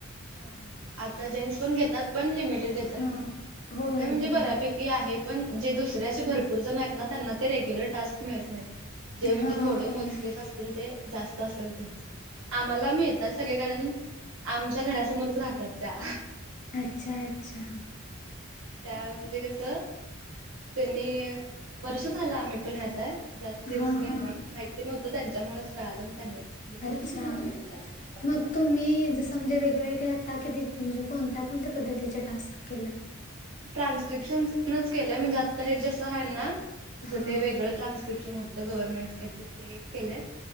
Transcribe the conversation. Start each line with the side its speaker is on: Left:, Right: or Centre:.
Right: हा हा आता जेंट्स पण घेतात पण लिमिटेड घेतात
Left: हा
Right: आता
Left: होय
Right: काय म्हणजे
Left: लिमिटेड
Right: बऱ्यापैकी की आहे पण जे दुसऱ्याचे भरपूर जण आहेत ना त्यांना ते रेग्युलर टास्क मिळत नाहीत. जे म्हणजे
Left: हा
Right: थोडे
Left: होय
Right: मोजकेस असतील ते जास्त असेल तेच आम्हाला मिळतात सगळे कारण आमच्या घरा समोरच राहतात त्या
Left: अच्छा अच्छा
Right: त्या म्हणजे कस त्यांनी वर्ष झालं आम्ही पण ह्यात हाय. जास्त दिवस
Left: हा
Right: काही
Left: हा
Right: नाही माहिती नव्हतं त्यांच्यामुळेच कळलं मग त्यांनीच दिलं
Left: अच्छा!
Right: होतं.
Left: मग तुम्ही जसं म्हणजे वेगळेवेगळे आता किती म्हणजे कोणत्या कोणत्या पद्धतीचे टास्क केलंय?
Right: ट्रान्स्क्रिप्शन नच केलंय म्हणजे आत्ता हे जसं आहे ना तसं
Left: हा
Right: ते वेगळं ट्रान्स्क्रिप्शन होतं गव्हर्नमेंट काय तरी ते एक केलंय.